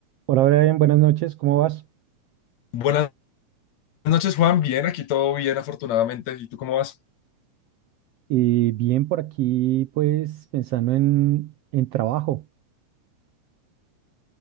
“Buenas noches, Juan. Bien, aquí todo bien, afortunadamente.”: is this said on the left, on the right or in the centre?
Left